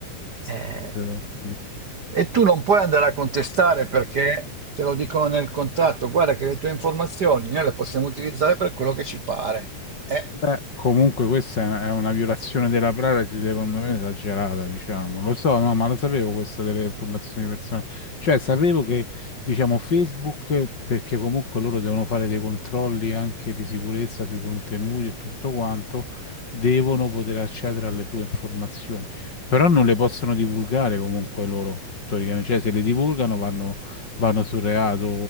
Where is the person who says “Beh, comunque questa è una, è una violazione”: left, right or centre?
Left